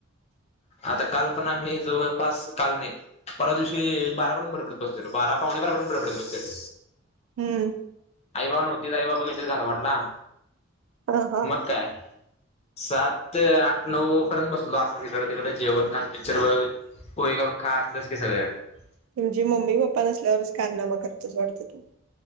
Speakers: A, on the left; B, on the right.
A: आता काल पण आम्ही जवळपास काल नाही परवा दिवशी बारापर्यंत बडबडत बसलेलेबे बारा पावणे बारापर्यंत बडबडत बसलेलं
B: हम्म
A: आई-बाबा नव्हते आई बाबा घे वाटला
B: ह हा.
A: <unintelligible> मग काय सात आठ नऊ पर्यंत बसलो असं तिकडे तिकडे जेवण खा पिक्चर बघत पोहे करून खा स क सगळ <unintelligible>
B: तुमचे मम्मी पप्पा नसल्यावरच कारनामा करता वाटतं तुम्ही